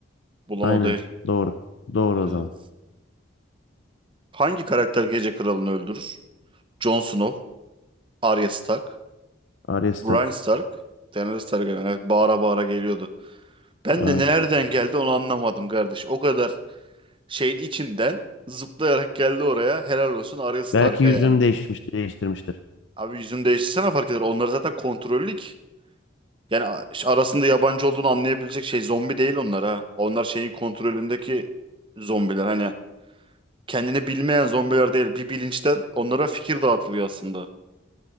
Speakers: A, on the right; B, on the left.
A: Bulan
B: aynen.
A: o değil.
B: Doğru. Doğru
A: Ee,
B: o zaman.
A: hangi karakter Gece Kralı'nı öldürür? Jon Snow, Arya Stark,
B: Ares
A: Bryan
B: tak.
A: Stark, Daenerys Targaryen. Evet, bağıra bağıra geliyordu. Ben
B: Evet.
A: de nereden geldi onu anlamadım kardeş. O kadar şeyin içinden zıplayarak geldi oraya. Helal olsun Arya Stark'a
B: Belki yüzünü
A: yani.
B: değişmiş, değiştirmiştir.
A: Abi yüzünü değiştirsene fark eder. Onlar zaten kontrollük. Yani a- arasında yabancı olduğunu anlayabilecek şey zombi değil onlar ha. Onlar şeyin kontrolündeki zombiler. Hani kendini bilmeyen zombiler değil. Bir bilinçten onlara fikir dağıtılıyor aslında.